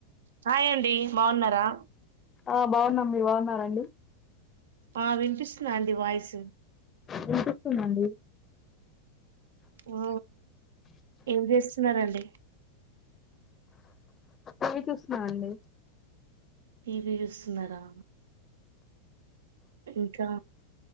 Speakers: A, on the right; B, on the left.
A: హాయ్ అండి బాగున్నారా
B: ఆ బాగున్నాం మీరు బాగున్నారండి?
A: ఆ విన్పిస్తుందా అండి వాయిసు?
B: విన్పిస్తుందండి
A: ఆ ఏం చేస్తున్నరండి?
B: టివి చూస్తున్నా అండి
A: టీవీ చూస్తున్నరా? ఇంకా